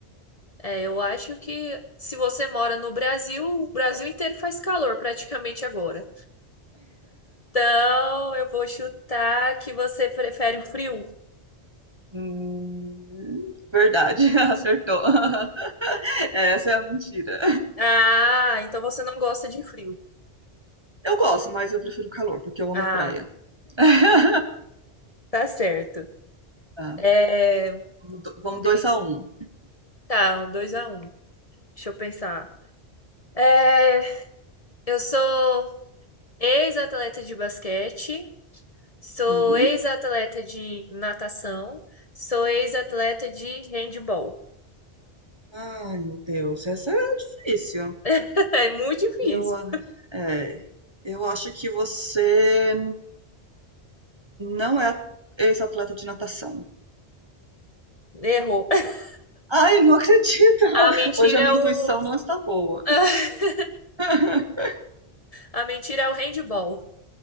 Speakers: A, on the left; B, on the right.
A: É, eu acho que se você mora no Brasil, o Brasil inteiro faz calor praticamente agora. Então, eu vou chutar que você prefere o frio.
B: Hum, verdade, <laughs> acertou. <laughs> Essa é a mentira.
A: Ah, então você não gosta de frio.
B: Eu gosto, mas eu prefiro calor, porque eu amo
A: Ah,
B: praia. <laughs>
A: tá certo.
B: Tá,
A: É,
B: vamos do- vamos
A: deixa,
B: dois a um.
A: tá, um dois a Um. Deixa eu pensar. É, Eu sou ex-atleta de basquete, sou
B: Hum.
A: ex-atleta de natação, sou ex-atleta de handball.
B: Ai, meu Deus, essa é difícil.
A: <laughs> É muito difícil.
B: Eu, ah, é, eu acho que você Não é ex-atleta de natação.
A: Errou. <laughs>
B: Ai, não acredito!
A: A mentira
B: Hoje a minha
A: é o
B: intuição não está boa.
A: <laughs>
B: <laughs>
A: a mentira é o handball.